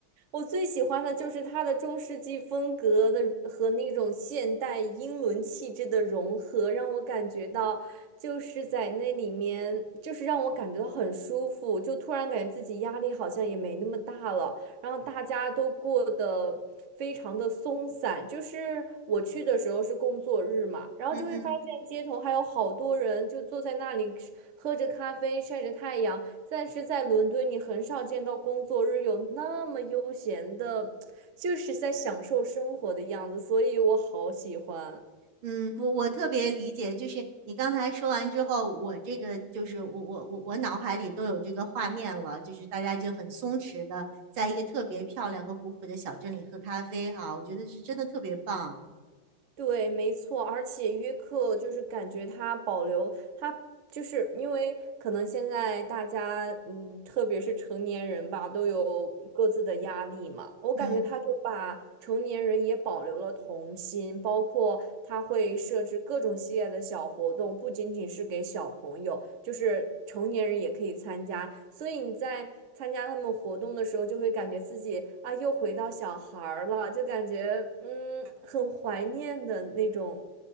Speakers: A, on the right; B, on the right.
A: 我最喜欢的就是它的中世纪风格的和那种现代英伦气质的融合，让我感觉到就是在那里面，就是让我感觉到很舒服，就突然感觉自己压力好像也没那么大了。然后大家都过得非常的松散。就是我去的时候是工作日嘛，然后就会发现街头还有好多人就坐在那里吃喝着咖啡，
B: 嗯嗯
A: 晒着太阳。但是在伦敦，你很少见到工作日有那么悠闲的，就是在享受生活的样子，所以我好喜欢。
B: 嗯，我我特别理解，就是你刚才说完之后，我这个就是我我我我脑海里都有这个画面了，就是大家就很松弛的，在一个特别漂亮和古朴的小镇里喝咖啡哈，我觉得是真的特别棒。
A: 对，没错，而且约克就是感觉它保留它就是因为可能现在大家，嗯，特别是成年人吧，都有各自的压力嘛。我感觉他就把成年人也保留了童心，
B: 嗯。
A: 包括他会设置各种系列的小活动，不仅仅是给小朋友，就是成年人也可以参加。所以你在参加他们活动的时候，就会感觉自己啊，又回到小孩儿了，就感觉嗯，很怀念的那种